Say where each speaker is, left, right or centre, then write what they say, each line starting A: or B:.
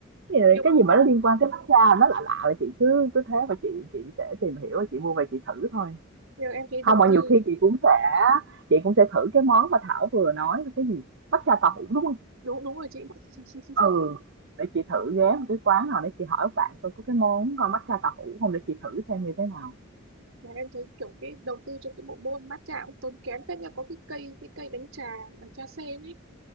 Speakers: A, on the right; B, on the right.
A: Cái gì
B: dùng
A: cái gì mà nó liên quan tới matcha nó lạ lạ là chị cứ cứ thế và chị chị sẽ tìm hiểu và chị mua về chị thử thôi
B: nhiều em thấy
A: không
B: đầu
A: mà
B: tư
A: nhiều khi chị cũng sẽ chị cũng sẽ thử cái món mà Thảo vừa nói là cái gì? Matcha tàu hũ, đúng không
B: đúng đúng rồi chị
A: Ừ,
B: <laughs>
A: để chị thử ghé một cái quán nào để chị hỏi bạn coi có cái món, ơ, matcha tàu hũ không để chị thử xem như thế nào.
B: mà em thấy kiểu cái đầu tư cho cái bộ môn matcha cũng tốn kém phết nha có cái cây cái cây đánh trà là trà sen ấy